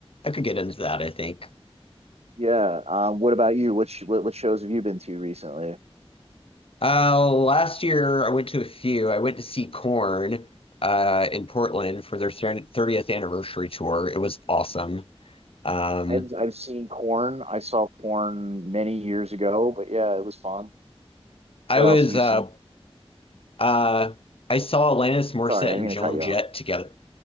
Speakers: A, on the left; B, on the right.
A: I could get into that, I think.
B: yeah. Um, what about you? What, sh- what what shows have you been to recently?
A: Uh, last year I went to a few. I went to see Corn uh in Portland for their 30th anniversary tour. It was awesome. Um,
B: I've I've seen Corn. I saw Corn many years ago, but yeah, it was fun.
A: I
B: What
A: was
B: else have you
A: uh
B: seen?
A: uh I saw Alanis Morissette
B: Sorry, I didn't
A: and
B: mean
A: Joan
B: to cut you
A: Jett
B: off.
A: together.